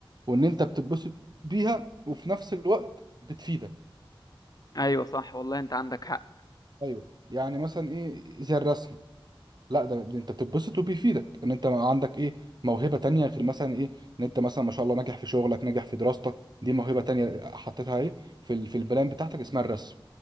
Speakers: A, on the right; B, on the left.
A: وان انت بتتبسط بيها وفي نفس الوقت بتفيدك
B: ايوه صح والله انت عندك حق
A: ايوه يعني مثلا ايه زي الرسم لا ده ده انت بتتبسط وبيفيدك ان انت عندك ايه موهبه تانية غير مثلا ايه ان انت مثلا ما شاء الله ناجح في شغلك ناجح في دراستك دي موهبه تانية حطيتها ايه في ال- في البلان بتاعتك اسمها الرسم